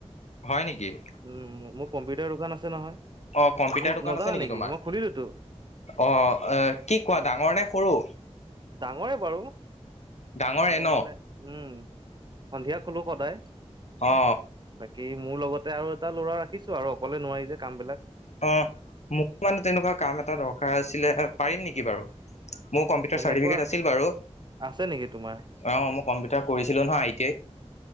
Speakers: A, on the left; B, on the right.
A: হয় নিকি?
B: উম মোৰ কম্পিউটাৰ দোকান আছে নহয়,
A: অ' কম্পিউটাৰ
B: তুমি
A: দোকান
B: নাজানা
A: আছে
B: নেকি
A: তোমাৰ
B: মই খুলিলোতো।
A: অ আ কি কোৱা ডাঙৰ নে সৰু?
B: ডাঙৰে বাৰু,
A: ডাঙৰে
B: মই
A: ন
B: মানে উম, সন্ধিয়া খোলো সদায়।
A: অ।
B: বাকী মোৰ লগতে আৰু এটা ল'ৰা ৰাখিছো আৰু অকলে নোৱাৰি যে কামবিলাক।
A: অ মোক মানে তেনেকুৱা কাম এটা দৰকাৰ আছিলে পাৰিম নেকি বাৰু? মোৰ কম্পিউটাৰ
B: তেনেকুৱা
A: চাৰ্টিফিকেট আছিল বাৰু।
B: আছে নেকি তোমাৰ
A: অঁ মই কম্পিউাৰ কৰিছিলোঁ নহয় আই টি আইত।